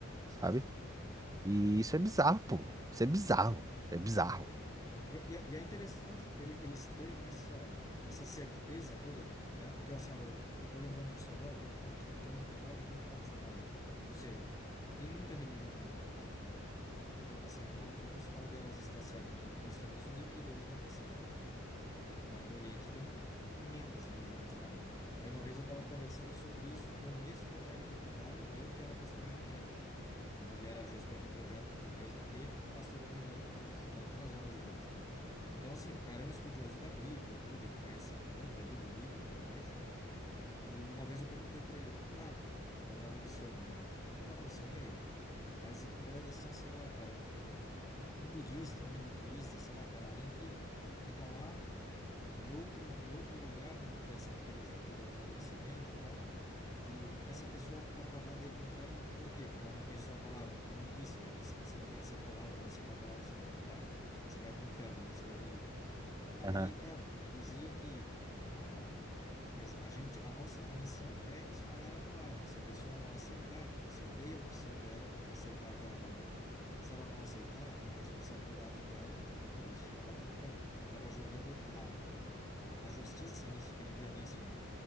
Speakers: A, on the right; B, on the left.
A: sabe?
B: Aham.
A: E isso é bizarro, pô. Isso é bizarro. É bizarro.
B: E, é, e- é, e é interessante ele- eles terem essa, essa certeza toda, de- né? Porque assim, ó, eu, eu tô lembrando disso agora, porque tu fala, ah, quem, quem não concorda, a gente vai dizimar, né? Ou seja, tem muita religião no mundo, né? Tipo, assim, afinal de contas, qual delas está certa, né? O cristianismo, ele predomina no Ocidente. Tu vai para o Oriente, tem 500 religiões lá, né? Aí uma vez eu estava conversando sobre isso com um ex-colega de trabalho meu, que era pastor evangélico. né? Ele era gestor de projeto da minha empresa e pastor evangélico nas, na- nas horas vagas. Então, assim, o cara é um estudioso da Bíblia, tudo, ele conhece muito ali do livro e tudo mais. E uma vez eu perguntei para ele, tá, era Luciano o nome. Tá, Luciano, e aí? Mas e tu pega, assim, sei lá, cara, um, um budista, um hinduísta, sei lá, cara, alguém que, que tá lá em outro, em outro lugar, né? Porque essa religião predomina no Ocidente e tal e essa pessoa tá fadada aí para o inferno, por quê? Porque ela não conheceu a palavra, porque ele me disse, né? Se você não conhecer a palavra, não aceitar a palavra, você vai, né? Você vai para o inferno, é nisso que ele acredita. Aí,
A: Aham.
B: cara, ele dizia que, ah, mas a gente, a nossa missão é espalhar a palavra. Se a pessoa não aceitar, tipo assim, eu dei a opção dela aceitar aquela palavra. Se ela não aceitar, é uma responsabilidade dela e por isso ela vai para o inferno. Eu estava julgando a, a, a justiça nisso, que ele via nisso, né?